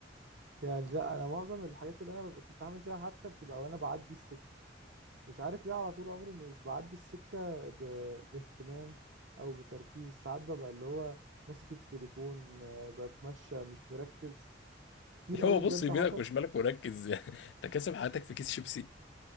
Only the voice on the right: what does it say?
يعني لا أنا معظم الحاجات اللي أنا ببقى- كنت عامل فيها حادثة بتبقى وأنا بعدي السكة مش عارف ليه على طول عمري مش بعدي السكة ب... باهتمام أو بتركيز ساعات ببقى اللي هو ماسك التليفون آه، بتمشى مش مركز كتير
قوي
بجد
حصلت